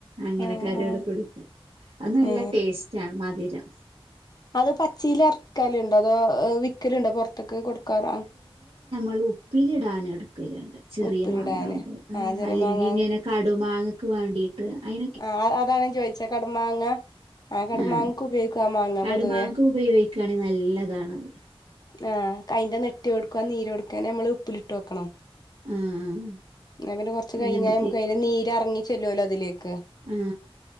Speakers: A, on the right; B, on the left.
A: അങ്ങനെ
B: ആ ആ
A: <unintelligible>
B: ആ
A: അത് നല്ല
B: ഏ
A: ടേസ്റ്റാണ് മ ധ്‌രം
B: അത് പച്ചീൽ അര്ക്കെൽ ഇണ്ടോ അതോ വിക്കെൽ ഇണ്ടോ പൊർത്തൊക്കെ കൊട്ക്കാർ അങ്ങ
A: ൾ ഉപ്പില് ഇടാനെട് ക്കെൽ ഇണ്ട് ചെറിയ
B: ഉപ്പിലിടാന്
A: മാങ്ങ അവുമ്പോ
B: ആ ചെറിയ
A: അല്ലെങ്കി
B: മാങ്ങ
A: ഇങ്ങനെ കടു മാങ്ങ ക്ക് വാണ്ടിട്ട് അയി
B: ആ അ അതാണ് ചോയിച്ചാ കടുമാങ്ങ ആ കടുമാങ്ങക്ക്
A: ആഹ്
B: ഉപയോയിക്കും ആ മാങ്ങാ
A: കടുമാങ്ങക്ക്
B: പൊതുവേ
A: ഉപയോഗിക്കാണെങ്കി നല്ലതാണത്.
B: ആ അയിൻ്റെ നെറ്റി ഓട് ക്കും ആ നീരൊട്ക്കനെ നമ്മൾ ഉപ്പിലിട്ട് വെക്കണം
A: ആഹ്
B: ന്നാ പിന്നെ കൊർച്ച് കെയ്ഞ്ഞാ
A: അങ്ങനെ
B: ഞമ്മക്ക് അയിന്റെ നീര് അറങ്ങി ചെല്ലൊലോ അതിലേക്ക്
A: ആ